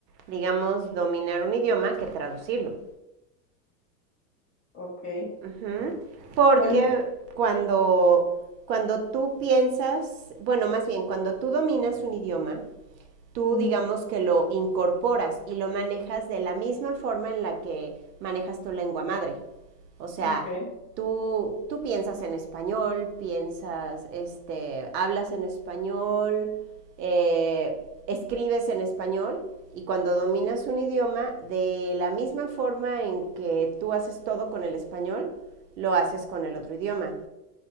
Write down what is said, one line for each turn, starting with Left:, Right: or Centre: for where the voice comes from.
Right: digamos, dominar un idioma que traducirlo.
Left: Ok.
Right: Ujú, Porque
Left: ¿Cuál es?
Right: cuando, cuando tú piensas, bueno, más bien, cuando tú dominas un idioma, tú
Left: Ujú,
Right: digamos que lo incorporas y lo manejas de la misma forma en la que manejas tu lengua madre. O sea,
Left: Ok,
Right: tú, tú piensas en español, piensas, este, hablas en español, eh, escribes en español y cuando dominas un idioma, de la misma forma en que tú haces todo con el español, lo haces con el otro idioma